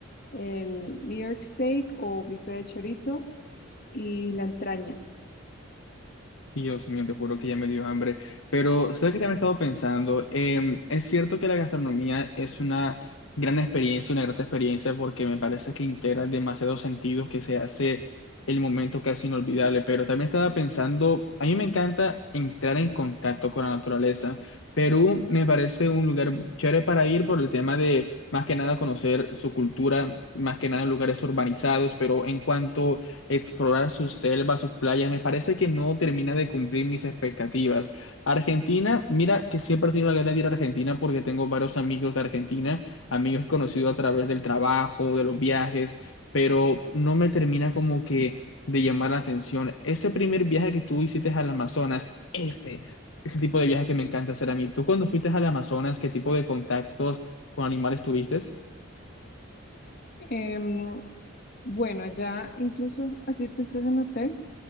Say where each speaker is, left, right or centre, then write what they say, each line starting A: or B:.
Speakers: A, on the left; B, on the left.
A: el New York Steak o bife de chorizo y la entraña.
B: Dios mío, te juro que ya me dio hambre. Pero, ¿sabes que también he estado pensando? Em, es cierto que la gastronomía es una gran experiencia, una grata experiencia, porque me parece que integra demasiados sentidos que se hace el momento casi inolvidable. Pero también estaba pensando, a mí me encanta entrar en contacto con la naturaleza. Perú me parece un lugar chévere para ir por el tema de, más que nada, conocer su cultura, más que nada en lugares urbanizados, pero en cuanto explorar sus selvas, sus playas, me parece que no termina de cumplir mis expectativas. Argentina, mira que siempre he tenido la gana de ir a Argentina porque tengo varios amigos de Argentina, amigos conocidos a través del trabajo, de los viajes, pero no me termina como que de llamar la atención. Ese primer viaje que tú hiciste al Amazonas, ese, ese tipo de viaje que me encanta hacer a mí. ¿Tú cuando fuiste al Amazonas, qué tipo de contactos con animales tuviste?
A: Em, bueno, allá incluso así tú estás en hotel,